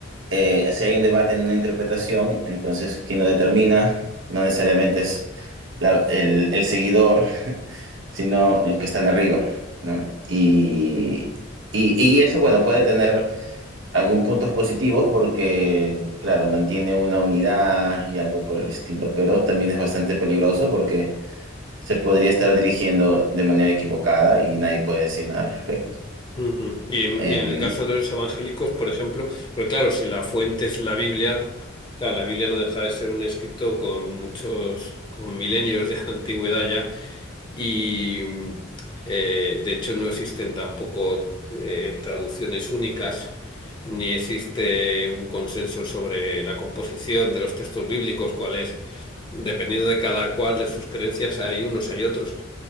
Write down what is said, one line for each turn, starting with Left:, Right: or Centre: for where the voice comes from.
Right: eh, si hay un debate en una interpretación, entonces quien lo determina no necesariamente es la- el, el seguidor sino los que están arriba, ¿no? Y, y, y eso, bueno, puede tener algunos puntos positivos porque, claro, mantiene una unidad y algo por el estilo, pero también es bastante peligroso porque se podría estar dirigiendo de manera equivocada y nadie puede decir nada al respecto.
Left: Ujú. Y en,
Right: Em,
Left: y en el caso de los evangélicos, por ejemplo, porque claro, si la fuente es la Biblia, claro, la Biblia no deja de ser un escrito con muchos, con milenios de <laughs> antigüedad ya, y eh, de hecho no existen tampoco eh, traducciones únicas, ni existe un consenso sobre la composición de los textos bíblicos, cuál es, dependiendo de cada cual de sus creencias, hay unos, hay otros